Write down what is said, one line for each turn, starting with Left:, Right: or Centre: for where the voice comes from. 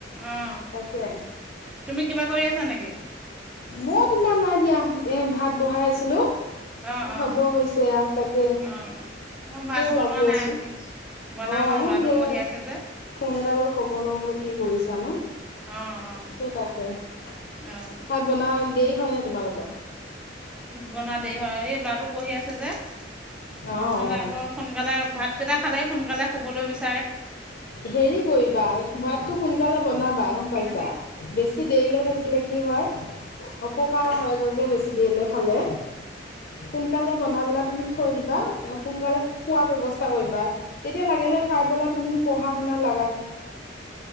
Centre: অঁ
Left: তাকে।
Centre: তুমি কিবা কৰি আছা নেকি
Left: মোৰ তোমাৰ নাই দিয়া এ ভাত বহাই আছিলোঁ।
Centre: অঁ অঁ
Left: হ'ব হৈছে আৰু তাকে।
Centre: অঁ মই
Left: সেয়ে
Centre: ভাত বনোৱা
Left: লাগি আছো
Centre: নাই। বনাম
Left: অ
Centre: আৰু
Left: মোৰ
Centre: ল'ৰাটো
Left: ঢেৰ
Centre: পঢ়ি আছে যে
Left: ফোন এটা কৰি খবৰ লম বোলো কি কৰিছানো।
Centre: অঁ অঁ
Left: সেই তাকে। ভাত
Centre: অঁ
Left: বনোৱা দেৰি হয় নাই তোমালোকৰ
Centre: বনা দে হয় এই ল'ৰাটো পঢ়ি আছে যে
Left: অ',
Centre: নহলে
Left: অ'।
Centre: আকৌ সোনকালে ভাত কেইটা খালেই সোনকালে শুবলৈ বিচ
Left: হেৰি কৰিবা ভাতটো সোন বনাবা গম পাইছা
Centre: অঁ
Left: বেছি দেৰিলৈ থাকিলে কি হয় অপকাৰ হয়গৈ যে বেছি দেৰিলৈ খালে। সোনকালে বনাই পেলাই তুমি থৈ দিবা সোনকালে খোৱাৰ ব্যৱস্থা কৰিবা। তেতিয়া লাগিলে খাই তুমিও পঢ়া শুনা লগাই